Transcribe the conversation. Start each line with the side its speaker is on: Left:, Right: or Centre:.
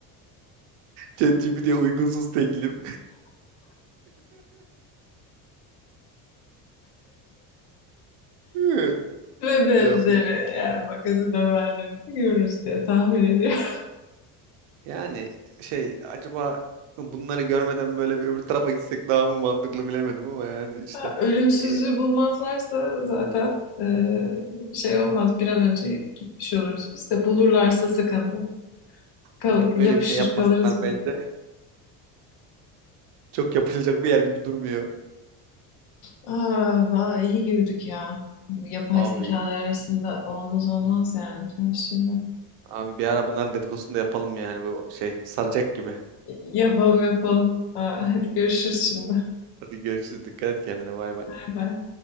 Right: ChatGPT'ye ye uygunsuz teklif. <laughs> Evet.
Left: Ve benzeri
Right: Ya
Left: yani magazin haberlerini görürüz diye tahmin ediyorum.
Right: Yani şey acaba bunları görmeden böyle bir öbür tarafa gitsek daha mı mantıklı bilemedim ama yani işte
Left: <laughs> Ölümsüzlüğü
Right: e,
Left: bulmazlarsa zaten eee, şey olmaz bir an önce gitmiş oluruz. Biz de bulurlarsa
Right: yok-
Left: sıkıntı. Kal
Right: yok,
Left: yapışır
Right: öyle bir şey yapmasınlar
Left: kalırız burada.
Right: bence. <laughs> Çok yapılacak bir yer gibi durmuyor.
Left: Ah, vay, iyi girdik ya. Bu yapay
Right: Abi
Left: zekalar arasında olmaz olmaz yani bütün şeyler.
Right: abi bir ara bunların dedikodusunu da yapalım yani bu şey saracak gibi.
Left: Y- Yapalım yapalım. Aa, hadi görüşürüz şimdi.
Right: Hadi görüşürüz. Dikkat et kendine. Bay bay.
Left: Bay bay.